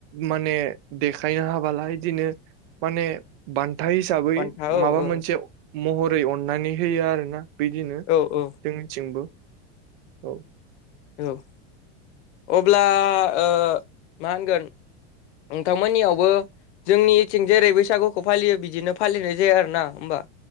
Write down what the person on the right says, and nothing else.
माने देखाय हाबालाहोयो बिदिनो माने बान्था हिसाबै
माबा
मोनसे महरै अननानै होयो आरो ना। बिदिनो जोंनिथिंबो
औव।